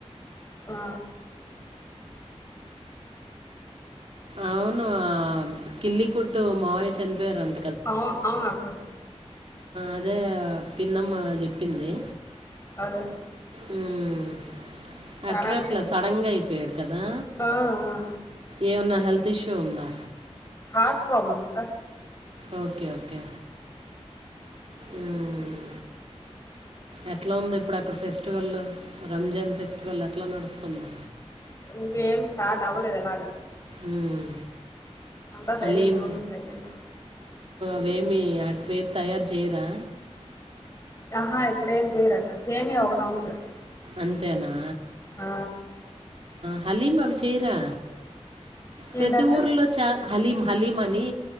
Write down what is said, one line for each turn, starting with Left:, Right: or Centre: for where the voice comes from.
Left: ఆ
Right: అవును కిల్లి కుట్టు మావయ చనిపోయారు అంట
Left: అవు అవునక్క
Right: అదే పిన్నమ్మ చెప్పింది
Left: అదే
Right: ఉమ్
Left: సడన్గా
Right: అట్ల అట్లా సడన్ గా అయిపోయాడు కదా
Left: ఆ ఆ
Right: ఏమన్నా హెల్త్ ప్రతి షో ఉందా
Left: హార్ట్ ప్రాబ్లమ్ అక్క
Right: ఓకే ఓకే ఊమ్ ఎట్లా ఉంది ఇప్పుడు అక్కడ ఫెస్టివల్ల్లో రంజాన్ ఫెస్టివల్ ఎట్లా నడుస్తుంది
Left: ఇంకేం స్టార్ట్ అవ్వలేద ఇవాళ
Right: ఉమ్,
Left: అంతా సైలెంట్
Right: హలీం
Left: రూమ్ ప్రెసెంట్
Right: నువేమి అట్ వైపు తయారు చేయరా
Left: ఆహా ఇక్కడ ఏం చేయరక్క సేమియా ఒకటి అమ్ముతారు
Right: అంతేనా
Left: ఆ
Right: హలీమా వి చేయరా ప్రతి
Left: ఏంటక్క
Right: ఊర్లో చా హలీమా హలీమనీ